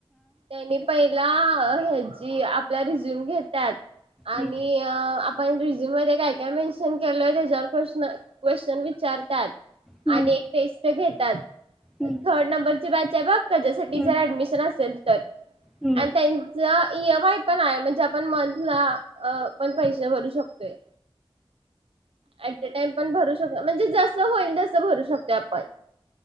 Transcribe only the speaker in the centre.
हम्म,
हम्म,
हम्म,
हम्म,
हम्म.